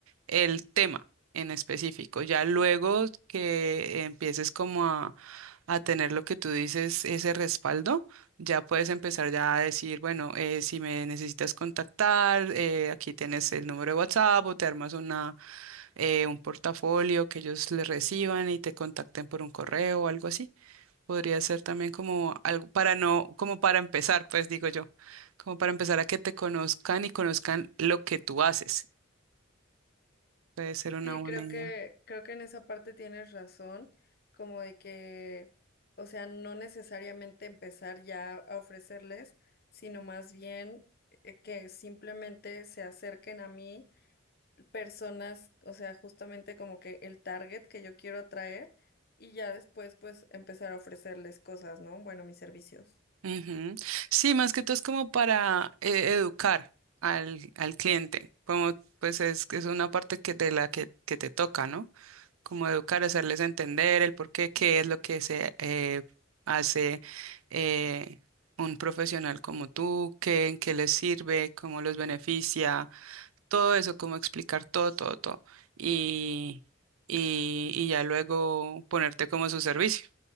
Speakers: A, on the right; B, on the left.
A: el tema en específico. Ya luego que empieces como a, a tener lo que tú dices, ese respaldo, ya puedes empezar ya a decir, bueno, eh, si me necesitas contactar, eh, aquí tienes el número de WhatsApp o te armas una, eh, un portafolio que ellos le reciban y te contacten por un correo o algo así. Podría ser también como algo para no, como para empezar, pues digo yo, como para empezar a que te conozcan y conozcan lo que tú haces. Puede ser una
B: Sí,
A: buena
B: creo
A: idea.
B: que, creo que en esa parte tienes razón, como de que, o sea, no necesariamente empezar ya a ofrecerles, sino más bien eh, que simplemente se acerquen a mí personas, o sea, justamente como que el target que yo quiero atraer y ya después pues empezar a ofrecerles cosas, ¿no? Bueno, mis servicios.
A: Ujú. Sí, más que todo es como para eh, educar al, al cliente, como pues es, es una parte que de la que, que te toca, ¿no? Como educar, hacerles entender el por qué, qué es lo que se eh, hace eh, un profesional como tú, qué, en qué les sirve, cómo los beneficia, todo eso, cómo explicar todo, todo, todo. Y, y, y ya luego ponerte como a su servicio.